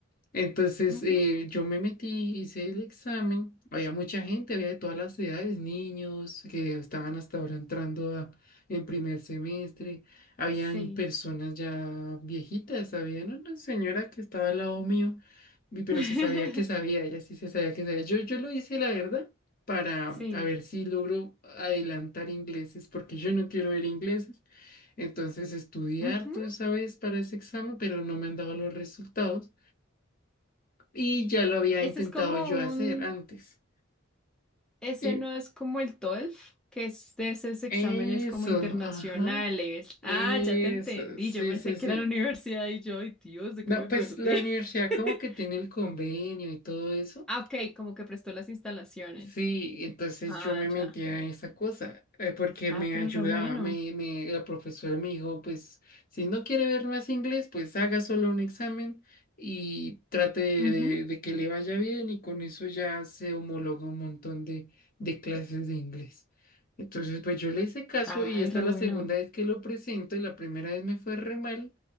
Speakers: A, on the left; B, in the centre.
A: Entonces
B: ujú,
A: eh, yo me metí, hice el examen, había mucha gente, había de todas las edades, niños que estaban hasta ahora entrando a, en primer semestre, habían
B: Sí.
A: personas ya viejitas, había no, una señora que estaba al lado mío, y- pero
B: <laughs>
A: se sabía que sabía, ella sí se sabía que sabía. Yo, yo lo hice, la verdad, para
B: Sí.
A: a ver si logro adelantar ingleses, porque yo no quiero ver ingleses. Entonces estudié
B: ujú.
A: harto esa vez para ese examen, pero no me han dado los resultados. Y ya lo había
B: Ese
A: intentado
B: es como
A: yo
B: un
A: hacer antes.
B: Ese
A: Y
B: no es como el TOEFL, que es de esos exámenes
A: eso,
B: como internacionales.
A: ajá, eso,
B: Ah, ya te entendí.
A: sí,
B: Yo pensé
A: sí, sí.
B: que era la universidad y yo, ay, Dios, ¿de
A: No,
B: qué me
A: pues
B: perdí?
A: la universidad
B: <laughs>
A: como que tiene el convenio y todo eso.
B: Ah, ok, como que prestó las instalaciones.
A: Sí, entonces
B: Ah,
A: yo me metía
B: ya.
A: en esa cosa eh, porque
B: Ah,
A: me
B: pero
A: ayudaba.
B: re bueno.
A: Me, me, la profesora me dijo, pues si no quiere ver más inglés, pues haga solo un examen y trate de,
B: Ujú.
A: de que le vaya bien y con eso ya se homologa un montón de, de clases de inglés. Entonces, pues yo le hice caso
B: Ay,
A: y esta
B: re
A: es la
B: bueno.
A: segunda vez que lo presento y la primera vez me fue re mal,